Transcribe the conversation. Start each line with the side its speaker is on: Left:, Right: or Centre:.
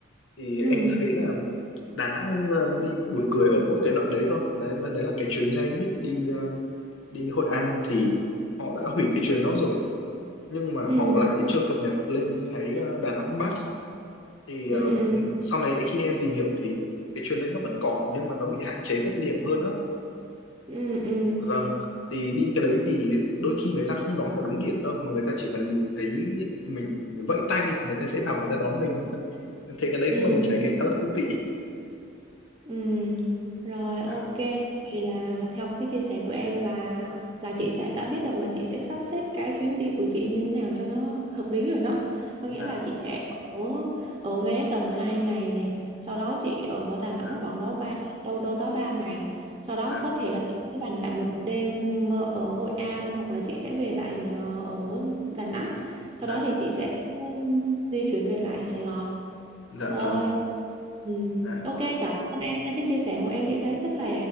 Left: thì
Right: ừ
Left: em thấy là Đà Nẵng ờ, bị buồn cười ở mỗi cái đoạn đấy thôi đấy là đấy là cái chuyến xe buýt đi ờ, đi Hội An thì họ đã hủy cái chuyến đó rồi nhưng mà
Right: ừ
Left: họ lại chưa cập nhật lên cái ờ, Đà Nẵng Bus thì
Right: ừ
Left: ờ,
Right: ừ
Left: sau này khi em tìm hiểu thì cái chuyến đấy nó vẫn còn nhưng mà nó bị hạn chế các điểm hơn á
Right: ừ ừ
Left: Vâng, thì đi cái đấy thì đôi khi người ta không đón ở đúng điểm đâu, mà người ta chỉ cần nhìn thấy mình vẫy tay thì người ta sẽ vào người ta đón mình. <laughs> Thế cái đấy
Right: ừ
Left: cũng là một trải nghiệm khá là thú vị.
Right: Ừ, rồi ok.
Left: Dạ,
Right: Vậy là theo cái chia sẻ của em là là chị sẽ đã biết được là chị sẽ sắp xếp cái chuyến đi của chị như thế nào cho nó hợp lý rồi đó. Có nghĩa
Left: dạ,
Right: là chị sẽ ở ở Huế tầm 2 ngày này, sau đó chị ở Đà Nẵng
Left: dạ,
Right: khoảng đó ba đâu đâu đó 3 ngày. Sau đó
Left: dạ,
Right: có thể là chị sẽ dành lại một đêm ở Hội An hoặc là chị sẽ về lại ờ, ở Đà Nẵng.
Left: dạ,
Right: Sau đó thì chị sẽ ừ, di chuyển về lại Sài Gòn.
Left: dạ
Right: Rồi.
Left: vâng,
Right: Ừ.
Left: dạ,
Right: Ok, cảm ơn em nha. Cái chia sẻ của em chị thấy rất là